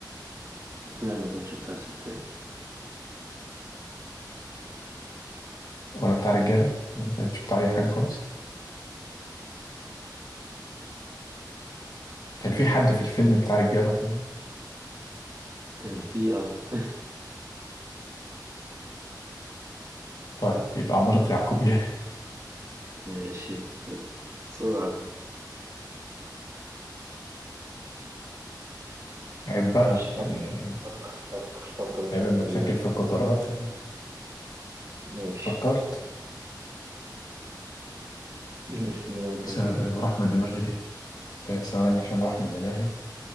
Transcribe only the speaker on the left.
ولا بتاع رجالة ما كانش بتاع أي حاجة خالص كان في حد في الفيلم بتاع رجالة طيب
طيب يبقى عمارة يعقوبيان
عيب بقى
يعني
عيب
متشكك
في القطارات يعني
فكرت
س...
وراح من دماغي ليه آه، ثواني عشان راح من دماغي